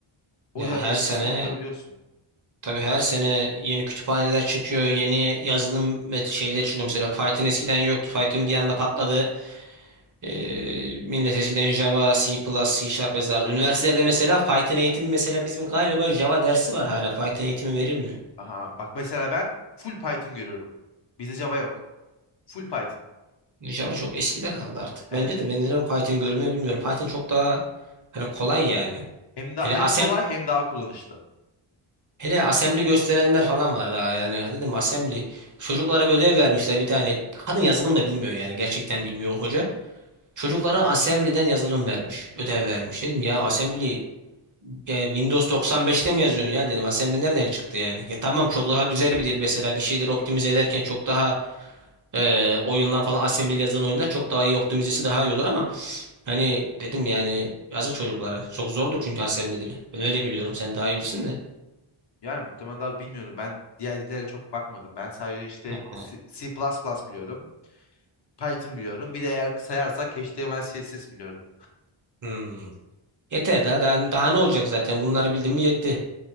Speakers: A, on the left (about 55°); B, on the right (about 40°).
A: O
B: Ya
A: yüzden
B: her
A: de eskisini
B: sene
A: unutabiliyorsun.
B: Tabii her sene yeni kütüphaneler çıkıyor, yeni yazılım met şeyleri çıkıyor. Mesela Python eskiden yoktu. Python bir anda patladı. Ee, millet eskiden Java, C++, C Sharp yazardı.
A: Aynen.
B: Üniversitelerde mesela Python eğitimi mesela bizim galiba Java dersi var hala. Python eğitimi verilmiyor.
A: Aha. Bak mesela ben full Python görüyorum. Bizde Java yok. Full Python.
B: Java çok eskide kaldı artık.
A: Evet.
B: Bence de ben neden Python görülmüyor bilmiyorum. Python çok daha hani kolay yani.
A: Hem da
B: Hele
A: hem
B: asem
A: kolay hem daha kullanışlı.
B: Hele assembly gösterenler falan var daha yani Ya dedim assembly. Çocuklara bir ödev vermişler bir tane. Kadın yazılım da bilmiyor yani gerçekten bilmiyor o hoca. Çocuklara Assembly'den yazılım vermiş. Ödev vermiş. Dedim ya
A: <laughs>
B: Assembly e, Windows 95'te mi yazıyorsun ya dedim. Assembly nereden çıktı yani? Ya tamam çok daha güzel bir dil mesela. Bir şeyleri optimize ederken çok daha e, oyunlar falan Assembly ile yazılan oyunlar çok daha iyi optimizesi daha iyi olur ama hani dedim yani yazık çocuklara. Çok zordur çünkü Assembly dili. Ben öyle biliyorum. Sen daha iyi bilsin de.
A: Yani muhtemelen daha bilmiyorum. Ben diğer dillere çok bakmadım. Ben sadece işte
B: <laughs>
A: C, C++ biliyorum. Python biliyorum. Bir de eğer sayarsak HTML, CSS biliyorum.
B: Hmm. Yeter daha, daha, daha ne olacak zaten bunları bildim mi yetti.